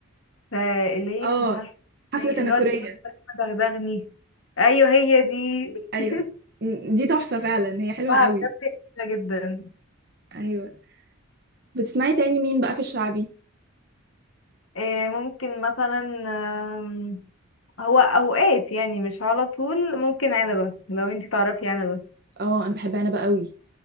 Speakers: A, on the left; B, on the right.
A: فاللي هي
B: اه
A: مش عارفة
B: حفله
A: زي-
B: تنكريه
A: اللي هو دغدغني ايوه هي دي
B: ايوه
A: <laughs>
B: م- دي تحفة فعلا هي حلوة
A: اه
B: قوي
A: بجد جميلة جدا
B: ايوه بتسمعي تاني مين بقى في الشعبي
A: آه، ممكن مثلا آم، هو اوقات يعني مش على طول ممكن عنبة لو انتي تعرفي عنبة
B: اه انا بحب عنبة قوي